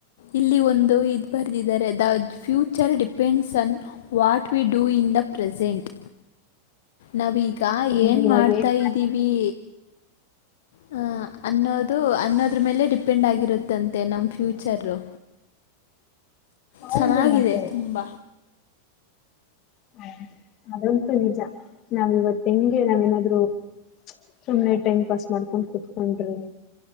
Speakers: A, on the left (about 55°); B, on the left (about 35°).
A: ಇಲ್ಲಿ ಒಂದು ಇದ್ ಬರೆದಿದ್ದಾರೆ the future depends on what we do in the present. ನಾವ್ ಈಗ
B: ನೀನ್
A: ಏನ್
B: ಇವಾಗ
A: ಮಾಡ್ತಾಯ್ದೀವಿ.
B: ಏನ್
A: ಹ ಅನ್ನೋದು ಅನ್ನೋದ್ರ ಮೇಲೆ ಡಿಪೆಂಡ್ ಆಗಿರುತ್ ದಂತೆ ನಮ್ ಫ್ಯೂಚರು.
B: ಹೌದು
A: ಚೆನ್ನಾಗಿದೆ
B: ಮತ್ತೆ.
A: ತುಂಬ
B: ಹೌ ಅದಂತೂ ನಿಜ ನಾವ್ ಇವತ್ ಹೆಂಗೆ ನಾವೇನಾದ್ರು ಸುಮ್ಮ್ನೆ ಟೈಮ್ ಪಾಸ್ ಮಾಡ್ಕೊಂಡ್ ಕುತ್ಕೊಂಡ್ರೆ.